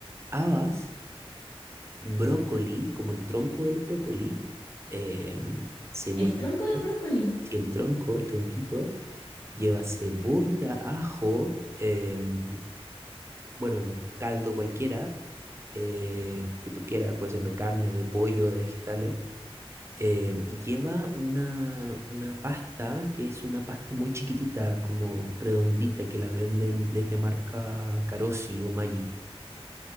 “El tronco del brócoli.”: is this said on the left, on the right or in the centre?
Left